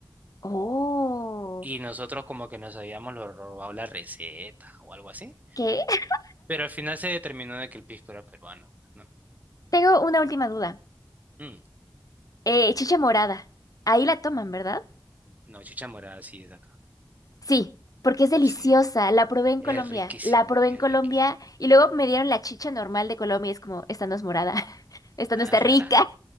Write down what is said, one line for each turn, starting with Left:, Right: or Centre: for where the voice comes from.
Left: Oh.
Right: y nosotros como que nos habíamos lo robado la receta o algo así.
Left: ¿Qué? <laughs>
Right: Pero al final se determinó de que el pisco era peruano, ¿no?
Left: Tengo una última duda.
Right: Mm,
Left: Eh, chicha morada. Ahí la toman, ¿verdad?
Right: no, chicha morada sí es de acá.
Left: Sí, porque es deliciosa.
Right: Sí,
Left: La probé en
Right: es
Left: Colombia.
Right: riquísimo,
Left: La probé
Right: es
Left: en Colombia
Right: riquísimo.
Left: y luego me dieron la chicha normal de Colombia y es como, esta no es morada. <laughs> Esta
Right: Nada,
Left: no está
Right: es
Left: rica.
Right: rara.